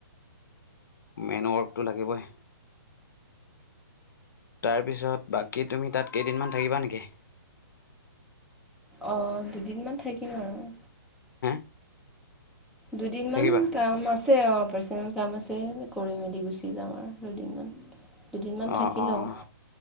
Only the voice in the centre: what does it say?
অঁ দুদিনমান থাকিম আৰু
দুদিনমান
কাম আছে অ পাৰ্চনেল কাম আছে কৰি মেলি গুচি যাম আৰু দুদিনমান। দুদিনমান
থাকি
লওঁ